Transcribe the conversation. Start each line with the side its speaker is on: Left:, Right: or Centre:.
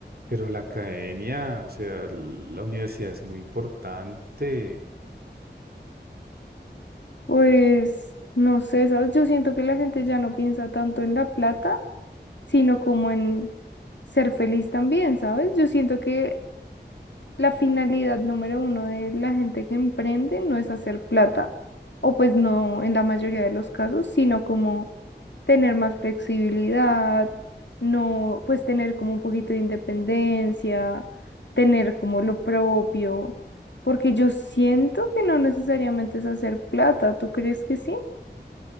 Right: Pero la academia, o sea, la universidad es muy importante.
Left: Pues no sé, ¿sabes? Yo siento que la gente ya no piensa tanto en la plata, sino como en ser feliz también, ¿sabes? Yo siento que La finalidad número uno de la gente que emprende no es hacer plata, o pues no en la mayoría de los casos, sino como tener más flexibilidad, no, pues tener como un poquito de independencia, tener como lo propio, porque yo siento que no necesariamente es hacer plata, ¿tú crees que sí?